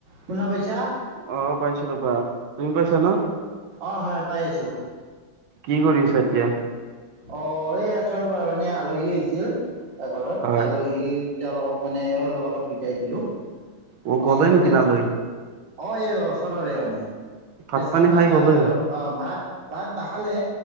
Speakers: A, on the right; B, on the right.
A: শুনা পাইছা
B: অ পাইছোঁ ৰবা তুমি পাইছা ন
A: অ হয় পাই আছোঁ
B: কি কৰি আছা এতিয়া
A: অ এই আছো ৰবা মানে আলহী আহিছিল ঘৰত
B: হয়
A: আলহী তেওঁলোকক মানে অলপ আগত বিদায় দিলো
B: অ
A: ওচৰৰে
B: গ'লে নেকি নালৈ
A: অ এই ওচৰৰে মানে
B: ভাত
A: এ চাহ
B: পানী
A: তাহ খাই
B: গ'লে
A: গ'ল আৰু অ ভাত ভাত নাখালে